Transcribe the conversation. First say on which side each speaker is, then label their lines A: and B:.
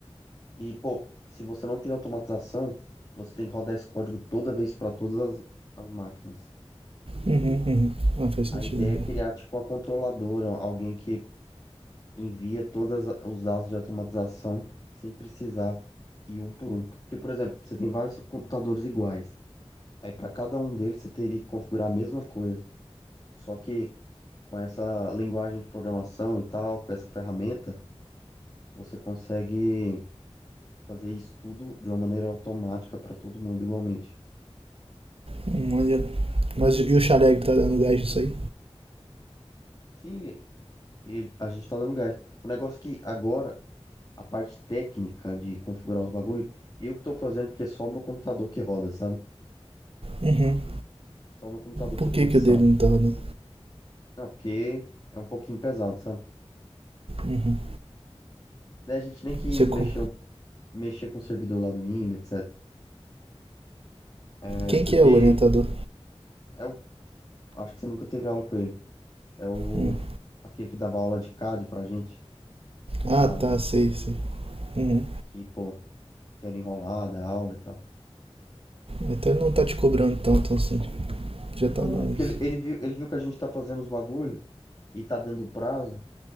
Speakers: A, on the left (about 35°); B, on the right (about 60°).
A: E, pô, se você não tem automatização, você tem que rodar esse código toda vez para todas as, as máquinas.
B: Uhum, uhum. Ah, faz sentido,
A: A ideia
B: bem.
A: é criar, tipo, uma controladora, alguém que envia todos os dados de automatização sem precisar ir um por um. Porque, por exemplo, você tem vários computadores iguais. Aí, para cada um deles, você teria que configurar a mesma coisa. Só que com essa linguagem de programação e tal, com essa ferramenta, você consegue. fazer isso tudo de uma maneira automática para todo mundo igualmente.
B: Hum, maneiro. Mas e o Xareg tá dando gás nisso aí?
A: Sim, e- e a gente está dando gás. O negócio é que agora, a parte técnica de configurar os bagulhos, eu que estou fazendo porque é só o meu computador que roda, sabe?
B: Uhum.
A: Só o meu computador
B: Por
A: tem condição.
B: que que o dele não tá dando?
A: Não, porque é um pouquinho pesado, sabe?
B: Uhum.
A: Daí a gente nem quis
B: Você, co-
A: mexer, um- mexer com o servidor lá do IME, etc. É
B: Quem
A: porque
B: que é o orientador?
A: é o, acho que você nunca teve aula com ele. É o
B: Hum.
A: aquele que dava aula de CAD pra gente
B: Ah,
A: lá na
B: tá, sei, sei. Uhum.
A: que, pô, que era enrolada a aula e tal.
B: Então ele não tá te cobrando tanto assim. Já
A: Não,
B: tá bom
A: não, é porque
B: isso.
A: ele, ele viu, ele viu que a gente tá fazendo os bagulho e tá dentro do prazo,